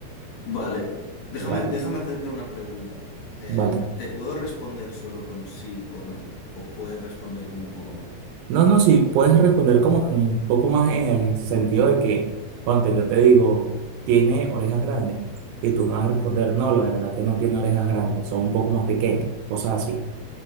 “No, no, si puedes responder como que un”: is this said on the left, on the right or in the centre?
Right